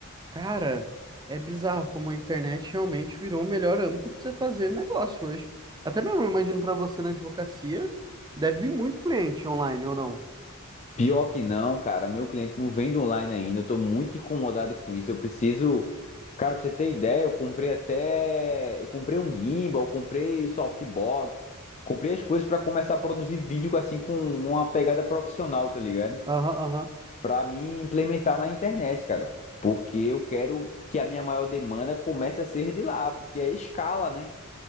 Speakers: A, on the right; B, on the left.
A: cara, é bizarro como a internet realmente virou o melhor âmbito para você fazer negócio hoje. Até mesmo, eu imagino para você na advocacia, deve vir muito cliente online ou não?
B: Pior que não, cara. Meu cliente não vende online ainda. Eu tô muito incomodado com isso. Eu preciso. Cara, pra você ter ideia, eu comprei até. Eu comprei um gimbal, eu comprei o softbox, comprei as coisas para começar a produzir vídeo assim com uma pegada profissional, tá ligado?
A: Aham, aham.
B: para mim implementar na internet, cara. Porque eu quero que a minha maior demanda comece a ser de lá, porque é escala, né?